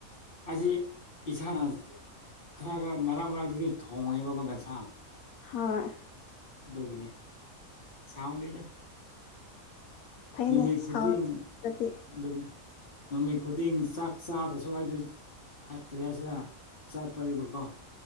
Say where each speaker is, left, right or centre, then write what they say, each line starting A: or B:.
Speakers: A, on the left; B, on the left.
A: ꯑꯁꯤ ꯏꯁꯥꯅꯥꯁ ꯈꯔ ꯈꯔ ꯃꯔꯛ ꯃꯔꯛꯇꯗꯤ ꯊꯣꯡꯉꯦꯕꯀꯣ ꯒꯩꯁꯥꯡ
B: ꯍꯣꯏ
A: ꯑꯗꯨꯒꯤꯅꯦ ꯁꯥꯎꯗꯦꯗ
B: ꯐꯩꯅꯦ
A: ꯅꯨꯃꯤꯠ ꯈꯨꯗꯤꯡ
B: ꯁꯥꯎꯔꯗꯤ
A: ꯑꯗꯨꯅꯤ ꯅꯨꯃꯤꯠ ꯈꯨꯗꯤꯡ ꯆꯥꯛ ꯆꯥꯗꯁꯨ ꯑꯩꯗꯤ ꯍꯥꯏꯠ ꯀꯔꯤ ꯍꯥꯏꯁꯤꯔ ꯆꯠꯄꯔꯤꯕꯀꯣ